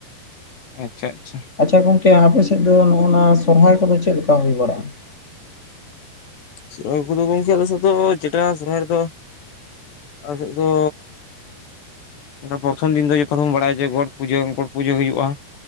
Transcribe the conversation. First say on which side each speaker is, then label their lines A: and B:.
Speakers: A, on the left; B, on the left.
A: ᱟᱪᱪᱷᱟ ᱟᱪᱪᱷᱟ ᱾
B: ᱟᱪᱪᱷᱟ ᱜᱚᱝᱠᱮ ᱟᱯᱮ ᱥᱮᱫ ᱫᱚ ᱱᱚᱜᱼᱱᱟ ᱥᱚᱨᱦᱟᱭ ᱠᱚ ᱫᱚ ᱪᱮᱫ ᱞᱮᱠᱟ ᱦᱩᱭ ᱵᱟᱲᱟᱜᱼᱟ ᱾
A: <unintelligible> ᱪᱮᱴᱟ ᱥᱚᱨᱚᱦᱟᱭ ᱨᱮᱫᱚ, ᱟᱥᱮᱫ ᱫᱚᱼᱼ ᱯᱨᱚᱛᱷᱚᱢ ᱫᱤᱱ ᱫᱚ ᱡᱚᱛᱚ ᱦᱚᱲᱚᱱ ᱵᱟᱲᱟᱭᱟ ᱡᱮ ᱜᱚᱴ ᱯᱩᱡᱟᱹ ᱜᱚᱴ ᱯᱩᱡᱟᱹ ᱦᱩᱭᱩᱜᱼᱟ ᱾